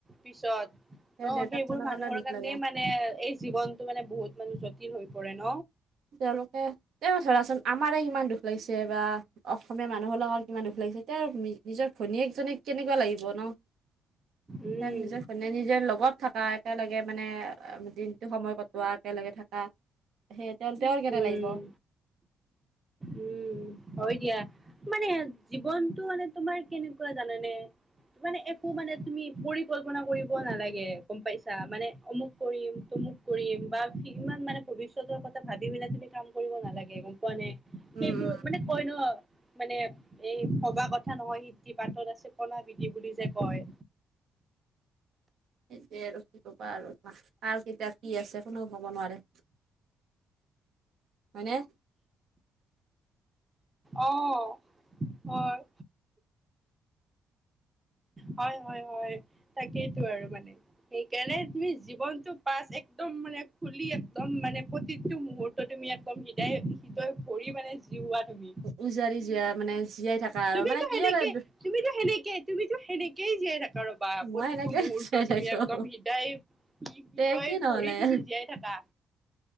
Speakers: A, on the right (about 15°); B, on the right (about 70°).
A: পিছত ন
B: তেওঁৰ দেউতাকজনৰ
A: সেইবোৰ মানুহৰ
B: দুখ
A: কাৰণে
B: লাগে
A: মানে এই জীৱনতটো মানে বহুত মানে জটিল হৈ পৰে ন।
B: তেওঁলোকে তেওঁ ধৰাচোন আমাৰে ইমান দোষ লাগিছে বা অসমীয়া মানুহৰ লগত কিমান দুখ লাগিছে এতিয়া আৰু নিজৰ ভনীয়েক জনীক কেনেকুৱা লাগিব ন।
A: উম,
B: <unintelligible> নিজে লগত থাকা একেলেগে। মানে দিনটো সময় কটোৱা, একেলগে থাকা, সেই তেওঁ তেওঁৰ কেনে
A: উম,
B: লাগিব
A: উম। হয়, দিয়া মানে জীৱনটো মানে তোমাৰ কেনেকুৱা জানানে? মানে একো মানে তুমি পৰিকল্পনা কৰিব নালাগে গম পাইছ চা, মানে অমুক কৰিম, তমুক কৰিম বা ইমান মানে ভৱিষ্যতৰ কথ ভাবি পেলাই তুমি কাম কৰিব নালাগে গম পোৱানে?
B: উম
A: সেইবোৰ
B: উম
A: মানে কয় ন মানে এই ভবা কথা নহয় সিদ্ধি বাটতত আছে কণা বিধি বুলি যে, কয়।
B: সেটোয়ে আৰু কি ক'বা, আৰু কাৰ, কেতিয়া, কি আছে কোনেও ক'ব নোৱাৰে। হয়নে?
A: অ', হয়। হয়, হয়, হয়, তাকেইটো আৰু মানে সেইকাৰণে তুমি জীৱনটো পাছ একদম মানে খুলি একদম মানে প্ৰতিটো মুহুৰ্তত তুমি একদম হৃদয়-হৃদয় ভৰি মানে জিওৱা তুমি
B: উ-উজাৰি জীয়া মানে জীয়াই থাকা আৰু
A: তুমিতো
B: মানে কি
A: সেনেকে
B: আৰু
A: তুমিতো সেনেকে, তুমিটো সেনেকেই জীয়াই কাৰোবা
B: মই
A: প্ৰতিটো
B: এনেকে
A: মুহূৰ্ত
B: জীয়াই
A: তুমি
B: থাকো
A: একদম হৃদায়, হৃদয়
B: তে কি নহ'লে
A: কৰি তুমি জীয়াই থাকা।